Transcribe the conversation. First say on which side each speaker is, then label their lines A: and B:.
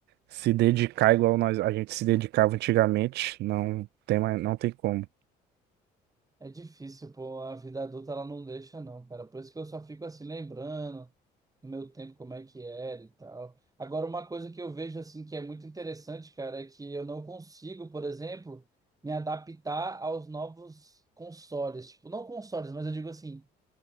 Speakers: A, on the right; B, on the right.
A: se dedicar igual nós, a gente se dedicava antigamente, não tem mais, não tem como.
B: É difícil, pô, a vida adulta ela não deixa, não, cara. Por isso que eu só fico assim lembrando no meu tempo como é que era e tal. Agora, uma coisa que eu vejo, assim, que é muito interessante, cara, é que eu não consigo, por exemplo, me adaptar aos novos consoles. Tipo, não consoles, mas eu digo assim,